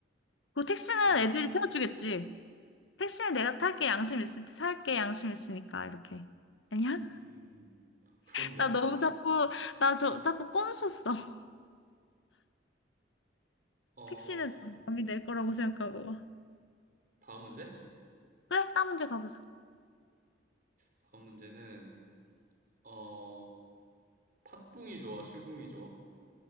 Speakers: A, on the left; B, on the right.
A: 그리고 택시는
B: 그러,
A: 애들이 태워주겠지. 택시는 내가 탈게. 양심 있을 때 살게. 양심 있으니까. 이렇게. 아니야?
B: 음, 그렇네.
A: 나 너무 자꾸, 나 저, 자꾸 꼼수써. <laughs>
B: 어,
A: 택시는 남이 낼 거라고 생각하고.
B: 다음 문제?
A: 그래, 다음 문제 가보자.
B: 다음 문제는, 어, 팥붕이 좋아, 슈붕이 좋아?